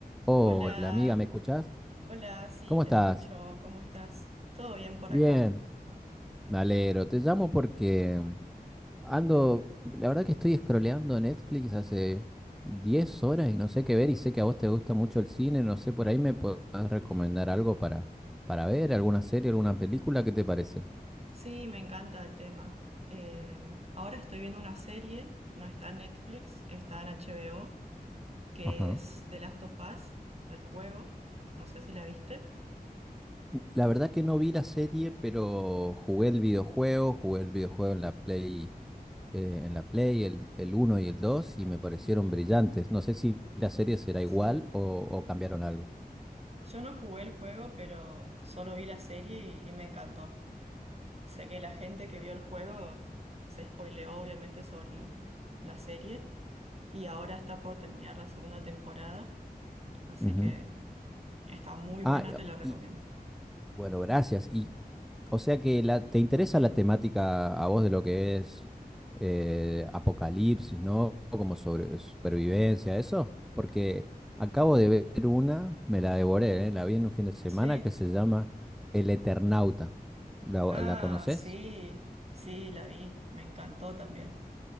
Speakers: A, in the centre; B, on the right.
A: Hola
B: Hola,
A: amiga, ¿me escuchás?
B: hola, sí,
A: ¿Cómo
B: te
A: estás?
B: escucho, ¿cómo estás? ¿Todo bien por
A: Bien,
B: acá?
A: me alegro. Te llamo porque ando, la verdad que estoy scrolleando Netflix hace 10 horas y no sé qué ver y sé que a vos te gusta mucho el cine, no sé, por ahí me podés recomendar algo para, para ver, alguna serie, alguna película, ¿qué te parece?
B: Sí, me encanta el tema. Eh, ahora estoy viendo una serie, no está en Netflix, está en HBO, que
A: Ajá.
B: es The Last of Us, del juego. No sé si la viste.
A: La verdad que no vi la serie, pero jugué el videojuego, jugué el videojuego en la Play eh, en la Play, el, el uno y el dos y me parecieron brillantes. No sé si la serie será igual
B: Sí,
A: o, o cambiaron algo.
B: yo no jugué el juego, pero solo vi la serie y, y me encantó. Sé que la gente que vio el juego se spoileó obviamente sobre el- la serie y ahora está por terminar la segunda temporada, así
A: Ujú.
B: que... Está muy buena,
A: Ah,
B: te la recomiendo.
A: y y- bueno, gracias. Y, o sea que la, te interesa la temática a vos de lo que es eh, apocalipsis, ¿no? Como sobre supervivencia, eso. Porque acabo de ver una, me la devoré, ¿eh? La vi en un fin de semana
B: Sí.
A: que se llama El Eternauta. ¿La,
B: Ah,
A: la conoces?
B: sí, sí, la vi. Me encantó también.